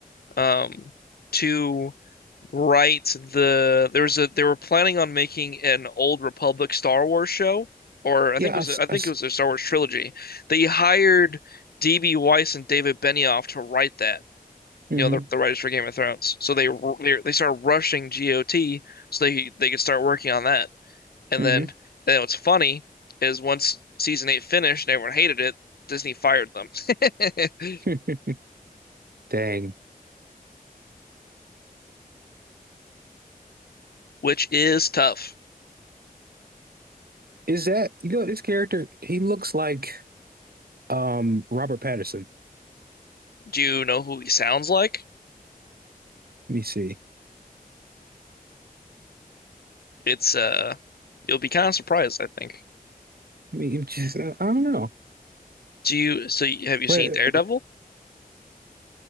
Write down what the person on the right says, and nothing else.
Yeah,
I, s-
I,
mm-hmm.
Mm-hmm.
Mm-hmm. <laughs> Dang.
Is that you know this character? He looks like um Robert Pattinson.
Let me see.
I mean, it just I don't know.
Wait,